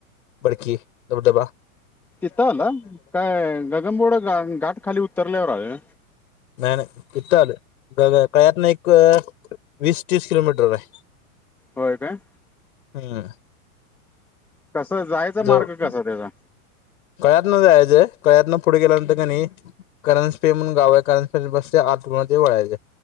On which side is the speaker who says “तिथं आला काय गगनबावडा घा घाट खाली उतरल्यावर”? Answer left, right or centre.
Centre